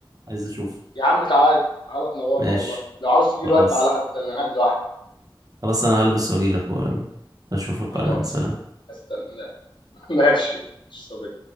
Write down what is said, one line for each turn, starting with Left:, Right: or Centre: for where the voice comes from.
Right: عايز اشوف
Left: يا عم تعال تعال تنورنا
Right: ماشي
Left: والله لو عاوز تيجي
Right: خلاص
Left: الوقت تعالى حتى انا قاعد لوحدي
Right: خلاص انا هلبس واجي لك يلا اشوفك
Left: خلاص
Right: بعدين سلام
Left: استنى <laughs> ماشي صبي.